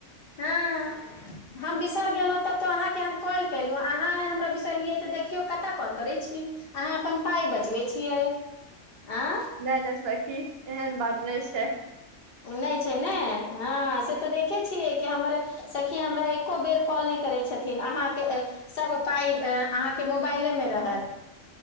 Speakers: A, on the left; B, on the right.
A: हँ हम बिसरि गेलहुँ तब तऽ अहाँके हम कॉल केलहुँ अहाँ नै हमरा बिसरलियै तऽ देखियौ कत कॉल करै छी अहाँ अपन पाइ बचबै छियै आय
B: नहि नहि सखी एहन बात नहि छै
A: नइ छै ने हँ से तऽ देखै छियै कि हमर सखी हमरा एको बेर कॉल नइ करैय छथिन अहाँके सब पाइ अहाँके मोबाइलेमे रहत